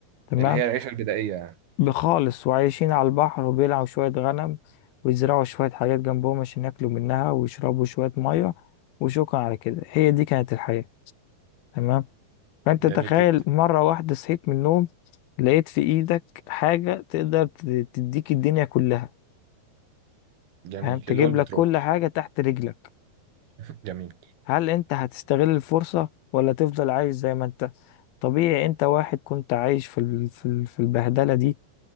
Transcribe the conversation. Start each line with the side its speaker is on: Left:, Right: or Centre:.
Left: تمام
Right: اللي هي العيشة البدائية يعني.
Left: بخالص وعايشين على البحر وبيلعوا شوية غنم ويزرعوا شوية حاجات جنبهم عشان ياكلوا منها ويشربوا شوية مية وشكرا على كده هي دي كانت الحياة تمام فانت
Right: جميل
Left: تخيل
Right: جدا
Left: مرة واحدة صحيت من النوم لقيت في ايدك حاجة تقدر ت- تديك الدنيا كلها
Right: جميل
Left: فاهم تجيب
Right: اللي هو البترول
Left: لك كل حاجة تحت رجلك
Right: <laughs> جميل
Left: هل انت هتستغل الفرصة ولا تفضل عايش زي ما انت طبيعي انت واحد كنت عايش في ال... في ال... في البهدلة دي